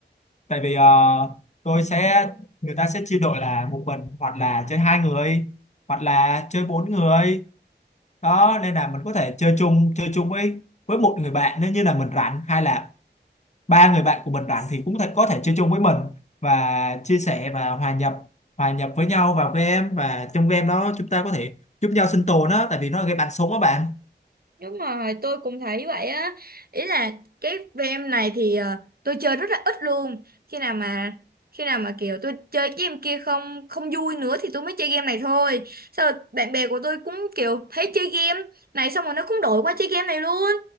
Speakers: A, on the left; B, on the right.
A: tại vì ờ, tôi sẽ người ta sẽ chia đội là một mình hoặc là chơi hai người hoặc là chơi bốn người đó nên là mình có thể chơi chung chơi chung với với một người bạn nếu như là mình rảnh hay là ba người bạn của mình rảnh thì cũng thể, có thể chơi chung với mình và chia sẻ và hòa nhập hòa nhập với nhau vào game và trong game đó chúng ta có thể giúp nhau sinh tồn á tại vì nó là game bắn súng á bạn
B: Đúng rồi, tôi cũng thấy vậy á. Ý là cái game này thì ờ, tôi chơi rất là ít luôn. Khi nào mà khi nào mà kiểu tôi chơi cái game kia không không vui nữa thì tôi mới chơi game này thôi. Sao bạn bè của tôi cũng kiểu thấy chơi game này xong rồi nó cũng đổi qua chơi game này luôn.